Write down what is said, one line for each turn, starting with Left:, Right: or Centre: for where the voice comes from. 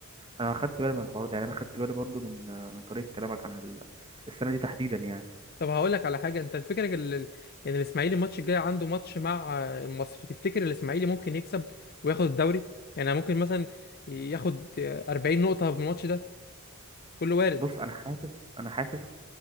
Right: أنا خدت بالي من الحوار ده يعني أنا خدت بالي برضو من من طريقة كلامك عن ال- السنة دي تحديدا يعني
Left: طب هقول لك على حاجه انت فكرك ال- ال- ان الاسماعيلي الماتش الجاي عنده ماتش مع آه، المصري تفتكر الاسماعيلي ممكن يكسب وياخد الدوري يعني ممكن مثلا ياخد آه، 40 نقطه من الماتش ده كله وارد
Right: بص أنا حاسس أنا حاسس